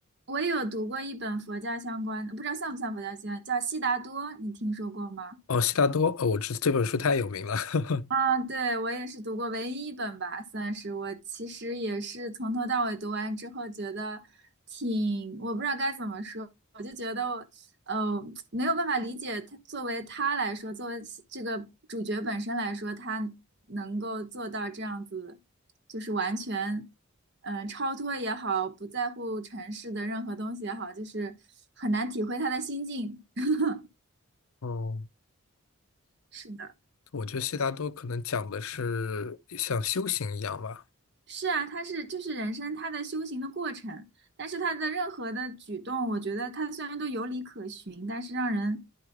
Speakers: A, on the right; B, on the left.
A: 我也有读过一本佛教相关的，不知道像不像佛教相关，叫《悉达多》，你听说过吗？
B: 哦，悉达多，哦，我知这本书太有名了。<laughs>
A: 啊，对，我也是读过唯一一本吧，算是我其实也是从头到尾读完之后，觉得挺，我不知道该怎么说，我就觉得，呃，没有办法理解他作为他来说，作为其这个主角本身来说，他能够做到这样子，就是完全，嗯、超脱也好，不在乎尘世的任何东西也好，就是很难体会他的心境。<laughs>
B: 哦，
A: 是的。
B: 我觉得悉达多可能讲的是像修行一样吧。
A: 是啊，他是就是人生他的修行的过程，但是他的任何的举动，我觉得他虽然都有理可循，但是让人